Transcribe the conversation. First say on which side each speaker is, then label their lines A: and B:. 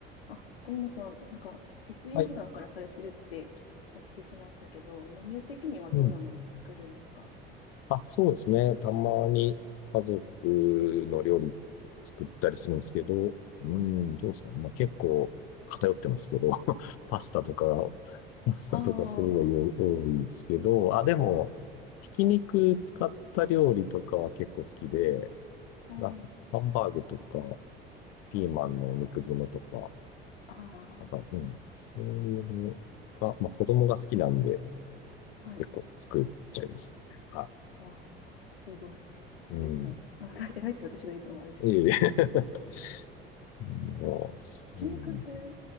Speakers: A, on the left; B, on the left.
A: あ、友野さん、なんか、自炊を普段からされてるってお聞きしましたけど、
B: はい。
A: メニュー的にはどんなのを作るんですか
B: うん。あ、そうですね。たまに家族の料理作ったりするんですけど、うん、
A: はい。
B: どうですかね。まあ結構偏ってますけど、<laughs> パスタとか、パスタとかすごい多いですけど、
A: ああ、
B: あ、でも、ひき肉使った料理とかは結構好きで、
A: ああ、
B: まハンバーグとか、ピーマンの肉詰めとか、
A: はい。あ
B: なんか、うん、そういうのが、まあ子供が好きなんで
A: あ、はい。
B: 結構作っちゃいますね。は
A: あ、すごい。
B: い。うん。
A: 偉いです。あ、なんか偉いって私が言ってもあれです。
B: ええ。<laughs> もう、
A: すごい。
B: そうなんですね。
A: ひき肉って